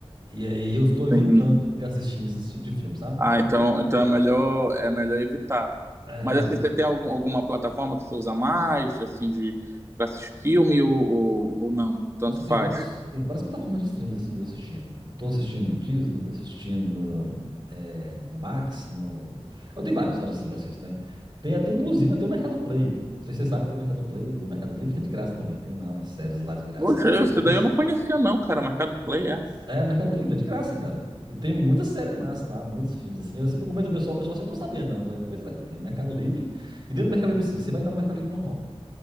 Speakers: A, on the right; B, on the right.
A: e aí eu tô evitando
B: Sim.
A: ficar assistindo esse tipo de filme, sabe?
B: Ah,
A: Porque,
B: então, então é melhor, é melhor evitar.
A: é,
B: Mas assim, você tem algum, alguma plataforma que você usa mais, assim, de, pra assistir filme, ou, ou, ou não? Tanto
A: nossa, eu tenho
B: faz.
A: vários, tem várias plataformas de streams assim que eu tô assistindo. Eu tô assistindo Disney, tô assistindo é, no Max, no... Eu tenho vários, vários assim, eu assisto, né? Tem até, inclusive, até o Mercado Play. Não sei se você sabe, tem o Mercado Play do Mercado Livre, que é de graça também. Tem lá umas séries lá de graça,
B: Poxa,
A: lá e filmes.
B: esse daí eu não conhecia não, cara, Mercado Play, é?
A: É, no Mercado Livre, é de graça, cara. E tem muitas séries massa lá, muitos filmes assim. Eu sempre comento com o pessoal, o pessoal assim, eu não tô sabendo, não. Eu falei, pois é, tem o Mercado Livre. E dentro do Mercado Livre, assim, você vai entrar no Mercado Livre normal.